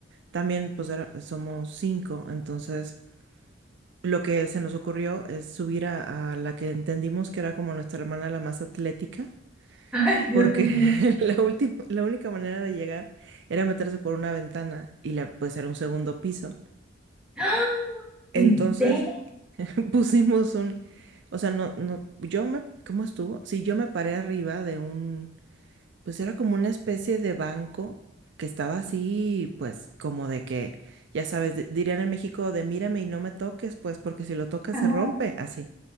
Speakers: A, on the right; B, in the centre.
A: también, pues, era- somos cinco, entonces... Lo que se nos ocurrió es subir a, a la que entendimos que era como nuestra hermana la más atlética,
B: <laughs> Ay, Dios
A: porque
B: mío.
A: <laughs> la última, la única manera de llegar era meterse por una ventana y la, pues era un segundo piso.
B: ¡Ah!
A: Entonces
B: ¿En serio?
A: <laughs> pusimos un, o sea, no, no, yo me, ¿cómo estuvo? Sí, yo me paré arriba de un, pues era como una especie de banco que estaba así, pues como de que, ya sabes, di- dirían en México de mírame y no me toques, pues porque si lo tocas
B: Ajá,
A: se rompe, así.